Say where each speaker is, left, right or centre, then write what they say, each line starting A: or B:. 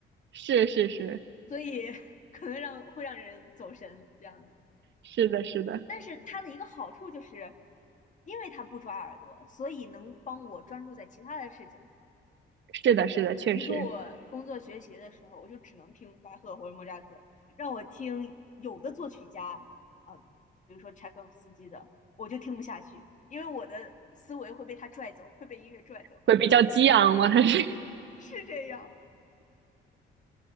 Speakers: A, on the right; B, on the left.
A: 是是是，
B: 所以 <laughs> 可能让会让人走神这样子。
A: 是的，是的。
B: 但是它的一个好处就是，因为它不抓耳朵，所以能帮我专注在其他的事情上。
A: 是的，
B: 嗯，
A: 是的，确实
B: 比如说我工作学习的时候，我就只能听巴赫或者莫扎特，让我听有的作曲家，嗯，比如说柴可夫斯基的，我就听不下去，因为我的思维会被他拽走，会被音乐拽走，
A: 会比较激昂嘛，<laughs> 它是。
B: 是这样。